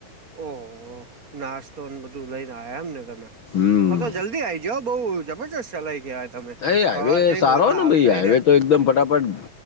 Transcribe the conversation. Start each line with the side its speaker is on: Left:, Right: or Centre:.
Right: ઓહ નાસ્તોને બધું લઈને આ્યા એમને તમે
Left: હમ
Right: તો તો જલ્દી આઈ. બઉુ જબરજસ્ત ચલાય ગયા તમે
Left: એ હાઈવે
Right: હવાર જઈને
Left: સારો
Right: હોજ
Left: ને
Right: આવતા
Left: ભાઈ હાઈવે
Right: એ ત્યા
Left: તો એકદમ ફટાફટ